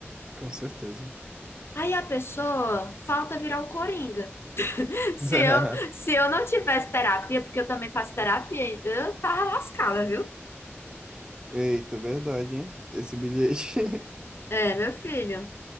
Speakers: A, on the right; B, on the left.
A: Com certeza.
B: Aí a pessoa falta virar o coringa. <laughs>
A: <laughs>
B: Se eu, se eu não tivesse terapia, porque eu também faço terapia, eu tava lascada, viu?
A: Eita, verdade, hein? Esse bilhete. <laughs>
B: É, meu filho.